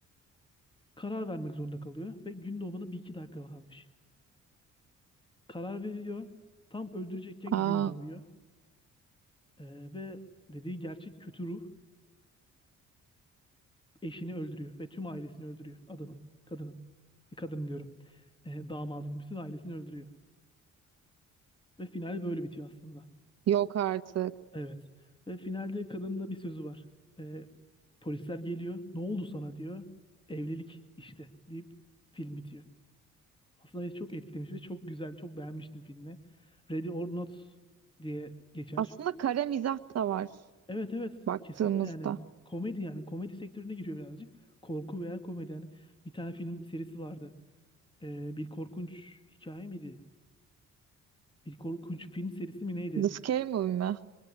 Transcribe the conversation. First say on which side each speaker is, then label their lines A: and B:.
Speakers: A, on the left; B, on the right.
A: Karar vermek zorunda kalıyor ve gün doğumuna bir iki dakika kalmış. Karar veriyor. Tam öldürecekken
B: Aa,
A: gün doğuyor. E, ve dediği gerçek kötü ruh eşini öldürüyor ve tüm ailesini öldürüyor adamın, kadının. e, Kadının diyorum. E, damadın bütün ailesini öldürüyor. Ve final böyle bitiyor aslında.
B: yok artık.
A: Evet. Ve finalde kadının da bir sözü var. Ee, polisler geliyor. Ne oldu sana diyor. Evlilik işte deyip film bitiyor. Aslında beni çok etkilemiş ve çok güzel, çok beğenmiştim filmi. Ready or Not diye geçer.
B: Aslında kara mizah da var
A: Evet evet
B: baktığımızda.
A: kesinlikle yani komedi yani komedi sektörüne giriyor birazcık. Korku veya komedi yani bir tane film serisi vardı. Ee, bir korkunç hikaye miydi? Bir korkunç film serisi mi neydi?
B: The Scary Movie mi?